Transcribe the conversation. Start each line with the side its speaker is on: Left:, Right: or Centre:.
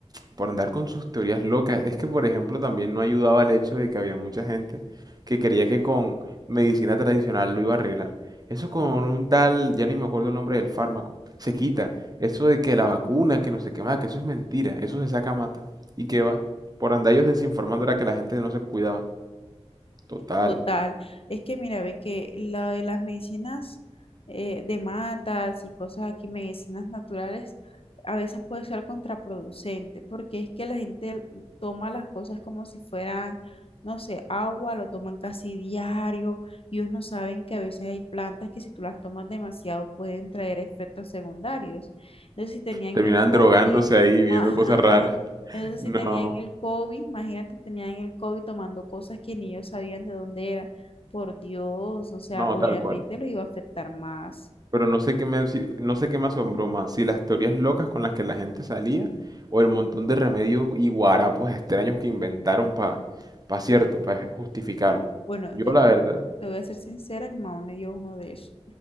Right: por andar con sus teorías locas, es que por ejemplo también no ayudaba el hecho de que había mucha gente que creía que con medicina tradicional lo iba a arreglar. Eso con un tal, ya ni me acuerdo el nombre del fármaco, se quita. Eso de que la vacuna, que no sé qué más, que eso es mentira, eso se saca mata. ¿Y qué va? Por andar ellos desinformando era que la gente no se cuidaba. Total.
Left: Total, es que mira, ve que lo de las medicinas eh, de matas y cosas aquí, medicinas naturales, a veces puede ser contraproducente, porque es que la gente toma las cosas como si fueran, no sé, agua, lo toman casi diario, y ellos no saben que a veces hay plantas que si tú las tomas demasiado pueden traer efectos secundarios. Entonces, si tenían
Right: Terminan
Left: el COVID,
Right: drogándose ahí, viendo
Left: ajá,
Right: cosas raras.
Left: entonces,
Right: No,
Left: si tenían el COVID, imagínate, tenían el COVID tomando cosas que ni ellos sabían de dónde era. Por Dios, o sea,
Right: no,
Left: obviamente
Right: tal cual.
Left: los iba a afectar más.
Right: Pero no sé qué me, si- no sé qué me asombró más, si las teorías locas con las que la gente salía o el montón de remedios y guarapos extraños que inventaron para, pa pa cierto, para justificarlo.
Left: Bueno,
Right: Yo,
Left: yo
Right: la
Left: te
Right: verdad,
Left: voy, te voy a ser sincera, mi mamá me dio uno de esos.